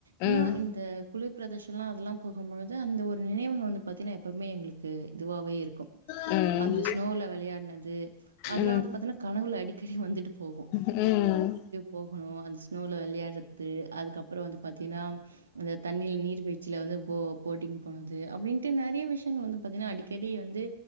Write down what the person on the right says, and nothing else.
இன்னும்
இந்த குளிர் பிரதர்ஷனலாம் அதெல்லாம் போகும்பொழுது அந்த ஒரு நினைவகம் வந்து பாத்தீங்கன்னா எப்பவுமே எங்களுக்கு இதுவாவே இருக்கும்
அந்த ஸ்னோவில்ல வெளையாடுனது அதெலாம்
வந்து பாத்தினா கனவுல் அடிக்கடி வந்துட்டு போகும்
போகணும் அந்த ஸ்னோல வெளையாடுறது அதுக்கப்பறம் வந்து பாத்தீங்கன்னா அந்த தண்ணியில நீர் பிய்ச்சில வந்து போட்டிங் போனது அப்டின்னுட்டு நெறைய விஷயம் வந்து பாத்தீங்கன்னா அடிக்கடி வந்து